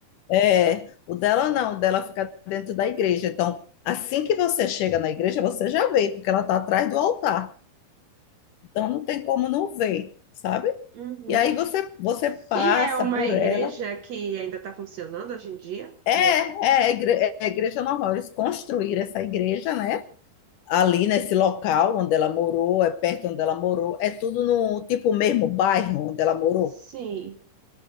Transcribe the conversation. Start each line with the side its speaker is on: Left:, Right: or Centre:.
Left: É, o dela não, o dela fica dentro da igreja. Então, assim que você chega na igreja, você já vê, porque ela está atrás do altar. Então, não tem como não ver, sabe?
Right: Uhum.
Left: E aí você, você passa
Right: E é uma
Left: por
Right: igreja
Left: ela
Right: que ainda está funcionando hoje em dia?
Left: É,
Right: É,
Left: é, a igre- é a igreja normal. Eles construíram essa igreja, né? Ali nesse local onde ela morou, é perto onde ela morou, é tudo no tipo mesmo bairro onde ela morou,
Right: sim.